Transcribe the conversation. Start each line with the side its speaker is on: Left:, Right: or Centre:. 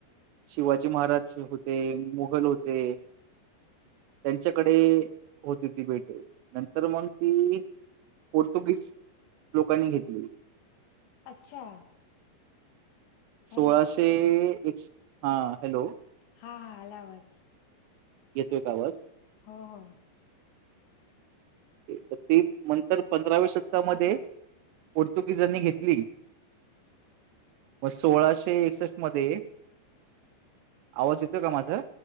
Right: शिवाजी महाराज होते मोगल होते त्यांच्याकडे होती ती भेटे नंतर मग ती पोर्तुगीज लोकांनी घेतली
Left: अच्छा हॅलो
Right: सोळाशे एक हा हॅलो
Left: हा हा आला आवाज
Right: येतोय का आवाज
Left: हो ह
Right: तर ते नंतर पंधराव्या शतकामध्ये पोर्तुगीजांनी घेतली मग सोळाशे एकसष्ट मध्ये आवाज येतोय का माझा